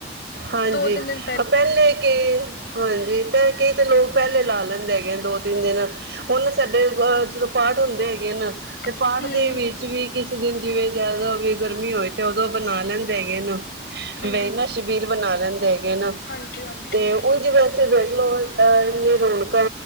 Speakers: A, on the right (about 75°); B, on the left (about 60°).
A: ਹਾਂਜੀ
B: ਦੋ ਤਿੰਨ ਦਿਨ
A: ਆ ਪਹਿਲੇ ਕੇ ਹਾਂਜੀ ਤੇ ਕਈ ਤੇ ਲੋਕ ਪਹਿਲੇ ਲਾ ਲੈਂਦੇ ਹੈਗੇ ਦੋ ਤਿੰਨ ਦਿਨ ਹੁਣ ਸਾਡੇ ਅ ਜਦੋਂ ਪਾਠ ਹੁੰਦੇ ਹੈਗੇ ਨ ਤੇ
B: ਹੂੰ
A: ਪਾਠ ਦੇ ਵਿੱਚ
B: ਹੂੰ
A: ਵੀ ਕਿਸੇ ਦਿਨ ਜਿਵੇਂ ਜਿਆਦਾ ਵੀ ਗਰਮੀ ਹੋਏ ਤੇ ਉਦੋਂ ਬਣਾ ਲੈਂਦੇ ਹੈਗੇ ਨ ਮੈ
B: ਹੂੰ
A: ਨਾ ਵੀਰ ਬਣਾ ਲੈਂਦੇ ਹੈਗੇ ਨ
B: ਹਾਂਜੀ ਹਾਂਜੀ
A: ਤੇ ਉਂਜ ਵੇਖਲੋ ਅਹ ਇੰਨੇ ਰੌਣਕਾਂ